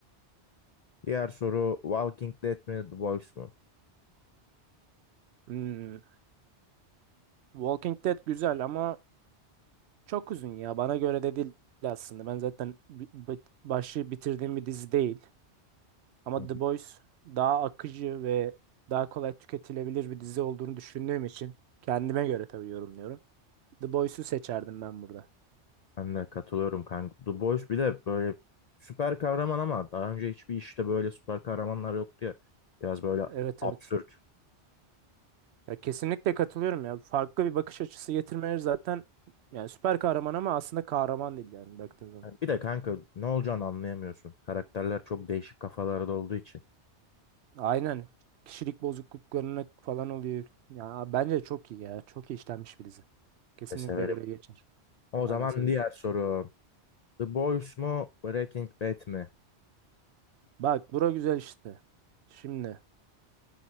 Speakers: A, on the left (about 65°); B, on the right (about 70°).
A: Diğer soru Walking Dead mi? The Boys
B: Hmm, Walking Dead güzel ama çok uzun ya. Bana göre de değil aslında. Ben zaten bi- bi- başı bitirdiğim bir dizi değil. Ama
A: mu?
B: The Boys daha akıcı ve daha kolay tüketilebilir bir dizi olduğunu düşündüğüm için kendime göre tabii yorumluyorum. The Boys'u seçerdim ben burada.
A: Ben de katılıyorum kanka. The Boys bir de böyle süper kahraman ama daha önce hiçbir işte böyle süper kahramanlar yoktu ya. Biraz böyle
B: Evet
A: absürt.
B: evet. Ya kesinlikle katılıyorum ya. Farklı bir bakış açısı getirmeleri zaten yani süper kahraman ama aslında kahraman değil yani baktığın zaman.
A: Yani bir de kanka ne olacağını anlayamıyorsun. Karakterler çok değişik kafalarda olduğu için
B: Aynen. Kişilik bozukluklarına falan oluyor. Ya bence çok iyi ya. Çok iyi işlenmiş bir dizi. Kesinlikle
A: de severim.
B: buraya geçer.
A: O zaman
B: Ben de severim.
A: diğer soru. The Boys mu Breaking Bad mi?
B: Bak bura güzel işte. Şimdi